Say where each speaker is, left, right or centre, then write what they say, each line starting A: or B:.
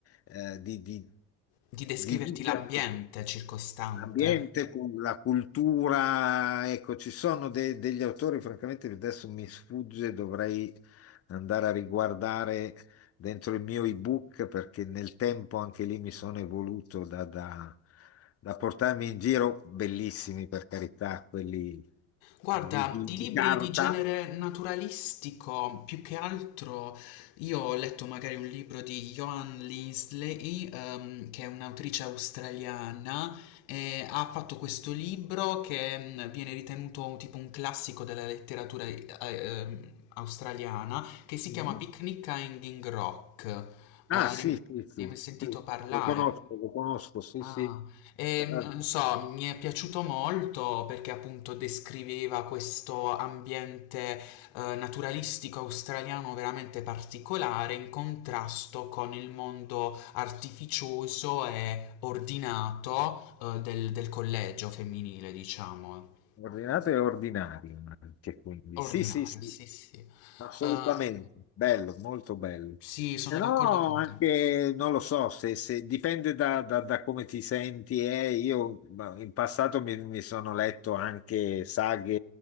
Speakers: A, on the left; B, on the left.
A: eh, di- di-
B: di descriverti
A: di vita.
B: l'ambiente circostante?
A: L'ambiente, cu- la cultura, ecco, ci sono de- degli autori, francamente, che adesso mi sfugge, dovrei andare a riguardare dentro il mio ebook perché nel tempo anche lì mi sono evoluto da, da- da portarmi in giro, bellissimi per carità, quelli
B: Guarda,
A: di, di-
B: di
A: di
B: libri
A: carta.
B: di genere naturalistico, più che altro io ho letto magari un libro di Joan Linsley, ehm, che è un'autrice australiana, e ha fatto questo libro che mm, viene ritenuto un- tipo un classico della letteratura eh, ehm, australiana, che si
A: Mhm.
B: chiama Picnic a Hanging Rock. Eh,
A: Ah, sì,
B: ne Mm. ne
A: sì, sì,
B: hai mai sentito
A: sì,
B: parlare?
A: lo conosco, lo conosco, sì,
B: Ah,
A: sì.
B: ehm,
A: Eh,
B: non so, mi è piaciuto molto perché appunto descriveva questo ambiente eh, naturalistico australiano veramente particolare in contrasto con il mondo artificioso e ordinato eh, del, del collegio femminile, diciamo.
A: Ordinato e ordinario anche, quindi.
B: Ordinario,
A: Sì, sì, sì.
B: sì, sì.
A: Assolutamente,
B: Eh,
A: bello, molto bello.
B: sì, sono
A: Se no,
B: d'accordo con
A: anche
B: te.
A: non lo so, se, se- dipende da, da- da come ti senti. eh. Io ma, in passato mi, mi sono letto anche saghe